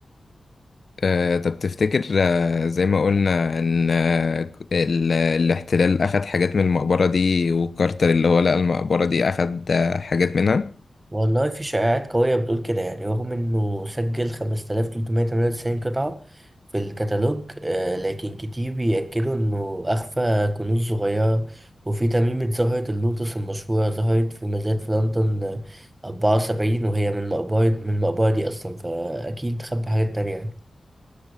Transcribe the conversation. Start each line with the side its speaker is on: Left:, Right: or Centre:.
Left: آه، طب تفتكر آه، زي ما قلنا ان آه، ك- ال- الاحتلال اخد حاجات من المقبرة دي وكارتر اللي هو لقى المقبرة دي اخد آه، حاجات منها
Right: والله في شائعات قوية بتقول كده يعني رغم إنه سجل 5398 قطعة في الكتالوج آه، لكن كتير بيأكدوا إنه أخفى كنوز صغيرة وفي تميمة زهرة اللوتس المشهورة ظهرت في مزاد في لندن آه، 74 وهي من مقبرة من المقبرة دي أصلا فأكيد خبى حاجات تانية يعني